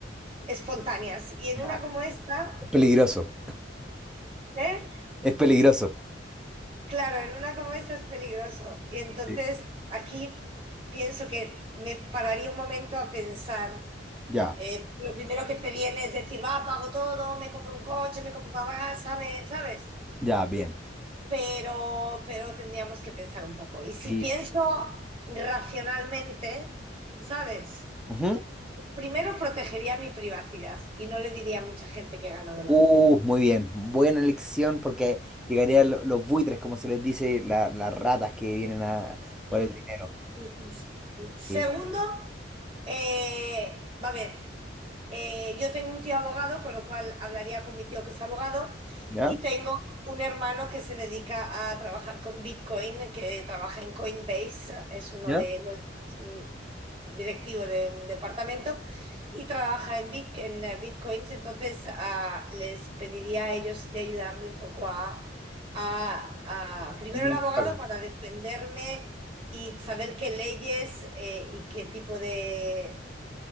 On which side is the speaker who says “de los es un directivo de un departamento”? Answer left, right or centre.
Right